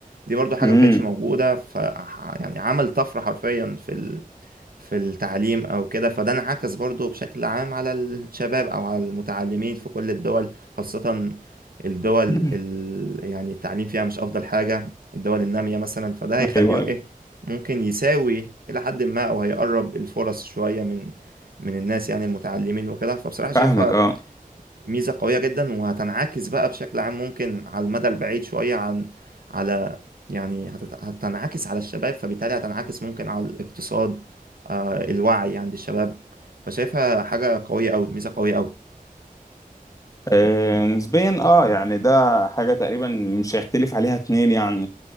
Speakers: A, on the right; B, on the left.
A: دي برضو حاجة
B: امم
A: ما كانتش موجودة ف يعني عمل طفرة حرفيا في في التعليم او كده فده انعكس برضو بشكل عام على الشباب او على المتعلمين في كل الدول خاصة الدول
B: <laughs>
A: ال... يعني التعليم فيها مش افضل حاجة الدول النامية مثلا فده هيخليهم
B: ايوه أيوة.
A: ايه ممكن يساوي الى حد ما او هيقرب الفرص شوية من من الناس يعني المتعلمين وكده فبصراحة شايفها
B: فاهمك اه
A: ميزة قوية جدا وهتنعكس بقى بشكل عام ممكن على المدى البعيد شوية عن على يعني هتت- هتنعكس على الشباب فبالتالي هتنعكس ممكن على الاقتصاد آه، الوعي عند الشباب فشايفها حاجة قوية أوي ميزة قوية أوي
B: آه، نسبيا اه يعني ده حاجة تقريبا مش هيختلف عليها اتنين يعني